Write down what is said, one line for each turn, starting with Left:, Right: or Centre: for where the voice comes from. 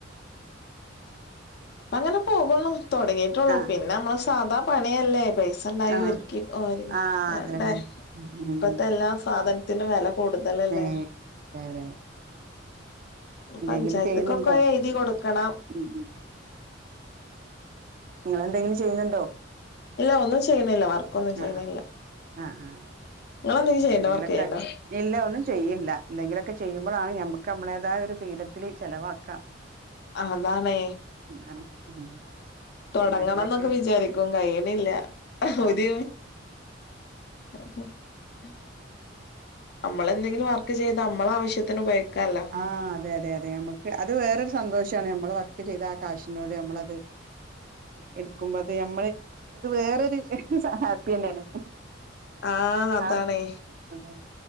Left: അങ്ങനെ പോകുന്നു തുടങ്ങിട്ടുള്ളൂ
Right: ആഹ് ആഹ്
Left: പിന്നെ നമ്മള സാധാ പണിയല്ലേ സണ്ടായി
Right: ആഹ്
Left: ഒരുക്കി ഓര്
Right: ആഹ്
Left: വേണ്ടേ
Right: അതെ അതെ ഉം
Left: ഇപ്പത്തെ എല്ലാ സാധൻ ത്തിനും വെല കൂടുതലല്ലേ
Right: ഏഹ് അതെ അതെ അതെ ഉം.
Left: ഇനി
Right: എന്തെങ്കിലും
Left: പഞ്ചായത്തക്കൊക്കെ
Right: ചെയ്യുന്നുണ്ടോ
Left: എഴുതി കൊടുക്കണം
Right: ഉം ഉം നിങ്ങളെന്തെങ്കിലും ചെയ്യുന്നുണ്ടോ
Left: ഇല്ല ഒന്നും ചെയ്യണില്ല വർക്ക് ഒന്നും ചെയ്യണില്ല
Right: ആഹ് ആഹ് ആഹ് ആഹ്
Left: നിങ്ങളെന്തേലും ചെയ്യണിണ്ടോ
Right: എന്തെങ്കിലൊക്കെ
Left: വർക്ക് ചെയ്യ്ണ്ടോ
Right: ഇല്ല ഒന്നും ചെയ്യില്ല എന്തെങ്കിലുമൊക്കെ ചെയ്യുമ്പോഴാണ് നമ്മുക്ക് നമ്മുടേതായ ഒരു ഫ്രീഡത്തില് ചെലവാക്കാം
Left: അതാണ്
Right: അതാണ് ഉം.
Left: തുടങ്ങണന്നൊക്കെ
Right: എന്തെങ്കിലൊക്കെ
Left: വിചാരിക്കും കഴിയണില്ല
Right: ആഹ്
Left: ഒരു
Right: ആഹ്
Left: അപ്പം ഉം നമ്മളെന്തെങ്കിലും വർ വർക്ക് ചെയ്ത് നമ്മളെ ആവശ്യത്തിന് ഉപയോഗിക്കാല്ലോ
Right: ആ അതെ അതെ അതെ നമ്മുക്ക് അത് വേറൊരു സന്തോഷമാണ് ഞമ്മക്ക് വർക്ക് ചെയ്ത ആ കാശിനോട് നമ്മളത് എടുക്കുമ്പോ അത് നമ്മള് അത് വേറൊരു ഹാപ്പി തന്നെയാണ്
Left: ആ അതാണെ
Right: ആഹ് അതാണ്